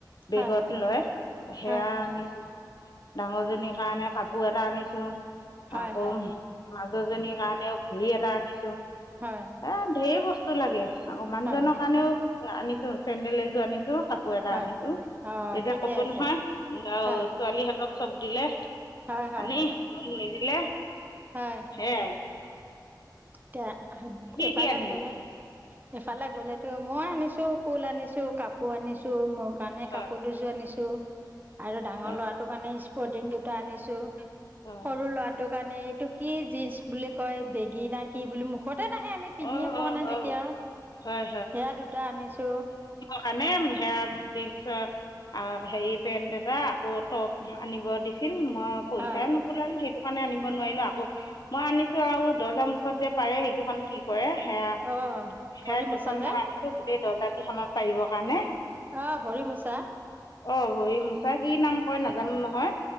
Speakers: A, on the right; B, on the left.
A: হয় হয়
B: বেগত
A: হয়
B: লয় সেয়া
A: হয়।
B: আনিছো। ডাঙৰ জনীৰ কাৰণে কাপোৰ এটা আনিছো
A: হয়
B: আকৌ
A: হয়
B: মাজুজনীৰ কাৰণেও ঘৰি এটা আনিছো,
A: হয়
B: এ ধেৰ বস্তু লাগে। আকৌ মানুহ
A: হয়
B: জনৰ কাৰণেও আনিছো, চেণ্ডেল এযোৰ আনিছো। কাপোৰ এটা
A: হয়
B: আনিছো।
A: অঁ
B: এতিয়া
A: ঠিকে
B: কব
A: আছে
B: নহয় আৰু
A: হয়
B: ছোৱালীহঁতক চব দিলে
A: হয় হয়
B: আনি মোক নিদিলে,
A: হয়
B: সেইয়া এ।
A: এতিয়া এফালে
B: কি আনিলা
A: গলে এফালে গলেতো মই আনিছো ফুল আনিছো কাপোৰ আনিছো মোৰ কাৰণে
B: হয়
A: কাপোৰ দুযোৰ আনিছোঁ। আৰু ডাঙৰ
B: হয়
A: ল'ৰাটোৰ কাৰণে স্পৰ্টিং দুটা আনিছো
B: হয়
A: সৰু ল'ৰাটোক কাৰণে এইটো কি জিন্চ বুলি কয় বেগী নে কি বুলি মুখত <unintelligible> সেই আমি পিন্ধিয়ে
B: অঁ
A: পোৱা
B: অঁ
A: নাই,
B: অঁ
A: যেতিয়া সেয়া
B: হয়
A: দুটা আনিছোঁ।
B: মানে সেয়া জিনছৰ আহ, হেৰি পেন্ট এটা আকৌ টপ আনিব দিছিল মই পইচাই
A: হয়
B: নোকোলাল সেইটো কাৰণে আনিব নোৱাৰিলো আকৌ মই আনিছো আৰু দৰ্জাৰ মুখত যে পাৰে সেইকেইখন কি কৰে সেয়া-সেয়া
A: অঁ ভৰি মোচা
B: দুখনমান
A: যে
B: আনিছো গোটেই দৰ্জা দুখনত পাৰিবৰ কাৰণে।
A: অ', ভৰি মোচা।
B: অ', ভৰি মোচা কি নাম কয় নাজানো নহয়।